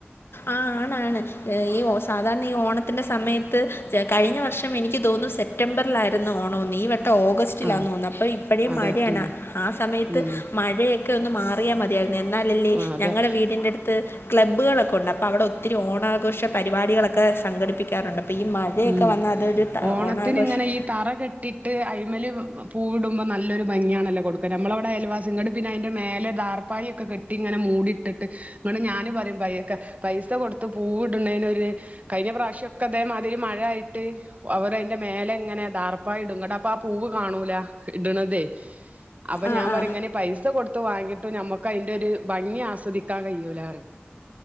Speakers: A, on the left; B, on the right.
A: ആ ആണാണ് ഈ സാധാരണ ഈ ഓണത്തിന്റെ സമയ ത്ത് കഴിഞ്ഞ വർഷം എനിക്ക് തോന്നു സെപ്റ്റംബറിലായിരുന്നു ഓണോന്ന് ഈ വ ട്ടോഗസ്റ്റിലാ
B: ആഹ്
A: തോന്ന് അപ്പോഇപ്പോഴീ
B: അതെ
A: മഴയാണ്
B: ഉം
A: ആ സമയത്ത്
B: ഉം
A: മഴയൊക്കെ ഒന്ന് മാറിയാ മതിയാരുന്നു എന്നാലല്ലേ
B: ആ അതെ
A: ഞങ്ങടെ വീടിന്റെറടുത്ത് ക്ലബ്ബുകളൊക്കെ ഒണ്ടപ് പ്പൊ അവടെ ഒത്തിരി ഓണാഘോഷ പരിപാടികളൊക്കെ സംഘടിപ്പിക്കാറുണ്ട് അപ്പോൾ ഈ മഴയൊക്കെ
B: ഉം
A: വന്നാൽ അതൊരു ത-
B: ഓണത്തിന്
A: ഓണാഘോഷം
B: ഇങ്ങനെ ഈ തറ കെട്ടിട്ട് അയ്മല് വ് പൂവുടുമ്പോ നൊരു ഭംഗിയണല്ലോ കൊടുക്ക നമ്മളവടെ അയൽവാസി ഇങ്ങട് പിന്നെ അയിന്റെ മേലെ ടാർപ്പായൊക്കെ കെട്ടിങ്ങനെ മു മൂടിട്ടിട്ട് ങ്ങ്ട് ഞാന് പറിം പയ്‌ക്കെ പൈസ കൊടുത്ത് പൂവ്ട്നീനൊരു കയ്ഞ്ഞ പ്രാവശ്യം ക്കൊതേ മാ ഇതില് മഴ ആയിട്ട് അവർ അതിന്റെ മേലെങ്ങെനെ ദാർപ്പായിടും ങ്ങ്ടപ്പൊ ആ പൂവ് കാണൂല ഇട്ണ് തെ അപ്പൊ
A: ആ
B: ഞാൻ പറീം
A: ആ
B: ഇങ്ങനെ പൈസ കൊടുത്ത് വാങ്ങിട്ട് ഞമ്മക്കയിന്റൊരു ഭംഗി ആസ്വദിക്കാൻ കഴിയൂലാറിം.